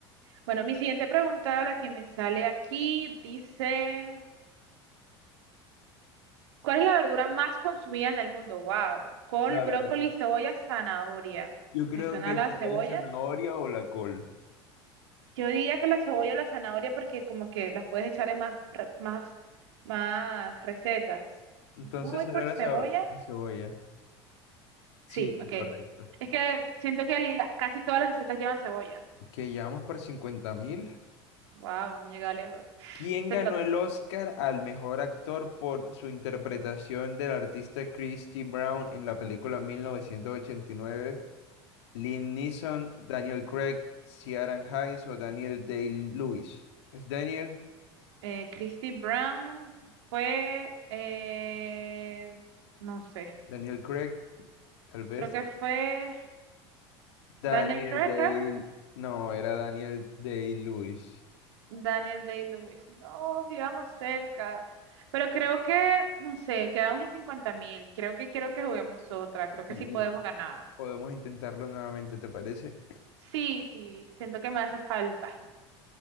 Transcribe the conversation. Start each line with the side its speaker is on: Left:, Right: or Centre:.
Right: Bueno, mi siguiente pregunta, la que me sale aquí, dice, ¿cuál es la verdura más consumida en el mundo? Wow, col,
Left: La
Right: brócoli,
Left: verdad.
Right: cebolla, zanahoria.
Left: Yo creo
Right: ¿Me suena
Left: que
Right: la
Left: sería
Right: cebolla?
Left: la zanahoria o la col.
Right: Yo diría que la cebolla o la zanahoria porque como que las puedes echar en más, re- más, más recetas.
Left: Entonces
Right: Yo me voy
Left: será
Right: por
Left: la,
Right: cebolla.
Left: ceba- la cebolla. Sí,
Right: Sí, ok.
Left: correcto.
Right: Es que siento que la- casi todas las recetas llevan cebolla.
Left: Que llevamos por cincuenta mil.
Right: Wow, hemos llegado lejos.
Left: ¿Quién
Right: Te
Left: ganó
Right: toca.
Left: el Oscar al mejor actor por su interpretación del artista Christy Brown en la película 1989? Lynn Neeson, Daniel Craig, Ciaran Hayes o Daniel Day-Lewis. ¿Es Daniel?
Right: Eh, Christy Brown fue, eh, no sé,
Left: ¿Daniel Craig? Tal vez.
Right: creo que fue
Left: Daniel
Right: Daniel Craig,
Left: Day...
Right: creo.
Left: No, era Daniel Day-Lewis.
Right: Daniel Day-Lewis. No, íbamos cerca. Pero creo que, no sé, quedamos en 50 mil. Creo que quiero que juguemos otra. Creo que
Left: Sí.
Right: sí podemos ganar.
Left: Podemos intentarlo nuevamente, ¿te parece?
Right: Sí, sí, siento que me hace falta.